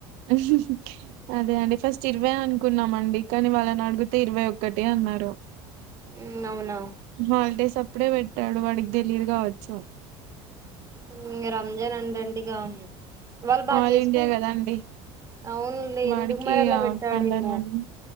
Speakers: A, on the right; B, on the right.
A: హహు అదే అండి ఫస్ట్ ఇర్ ఇరవే అనుకున్నామండి కానీ వాళ్ళని అడిగితే ఇరవై ఒక్కటి అన్నారు.
B: మ్మ్ అవునా
A: హల్డే సబ్ ఇప్పుడే పెట్టాడు వాడికి తెలీయదు కావచ్చు.
B: ఉ రంజాన్ అండండి ఇకా ఉను వాళ్ళు బాగా
A: ఆల్
B: చేసుకుంట
A: ఇండియా కదండి
B: అవునులే
A: వాడికి
B: ఎందుకు మరి అలా
A: ఆ
B: పెట్టాడేమో
A: పండాలని